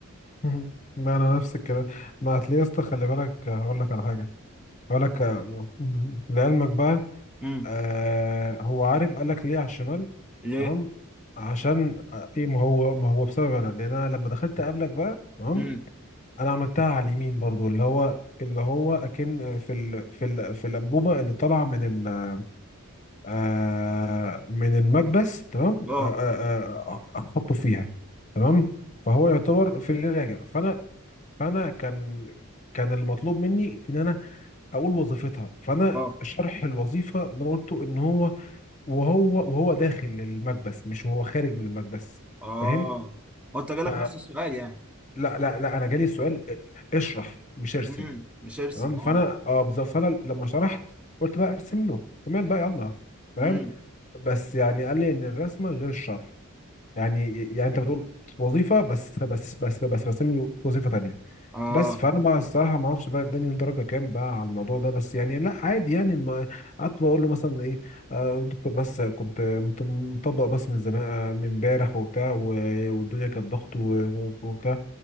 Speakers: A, on the left (about 35°); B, in the centre.
A: <laughs> مهم. ما انا نفس الكلام ما هتلاقي يا اسطى خلي بالك هقول لك على حاجه هقول لك آه، مهم. لعلمك بقى
B: امم
A: آه هو عارف قال لك ليه على الشمال
B: ليه
A: تمام عشان آه، ايه ما هو ما هو بسبب انا لان انا لما دخلت قبلك بقى تمام
B: امم
A: انا عملتها على اليمين برضو اللي هو اللي هو اكن في ال في ال في الانبوبه اللي طالعه من ال آه، من المكبس تمام
B: اه
A: آه، آه، آه، آه، احطه فيها تمام فهو يعتبر في اللي راجع فانا فانا كان كان المطلوب مني ان انا اقول وظيفتها فانا
B: اه
A: شرح الوظيفه اللي انا قلته ان هو وهو وهو داخل المكبس مش وهو خارج من المكبس
B: اه
A: فاهم
B: هو انت
A: ف
B: جالك نفس السؤال يعني
A: لا لا لا انا جالي السؤال اشرح مش ارسم
B: امم مش ارسم
A: تمام فانا
B: اه
A: اه بالظبط فانا لما شرحت قلت بقى ارسم له كمان بقى يلا فاهم
B: امم
A: بس يعني قال لي ان الرسمه غير الشرح يعني يعني انت بتقول وظيفه بس بس بس بس راسم لي وظيفه تانية
B: اه
A: بس فانا بقى الصراحه ما اعرفش بقى اداني درجه كام بقى على الموضوع ده بس يعني لا عادي يعني الم- قعدت بقول له مثلا ايه آه دكتور بس كنت مط- مطبق بس من زمان آه، من امبارح وبتاع و- والدنيا كانت ضغط و- و- وبتاع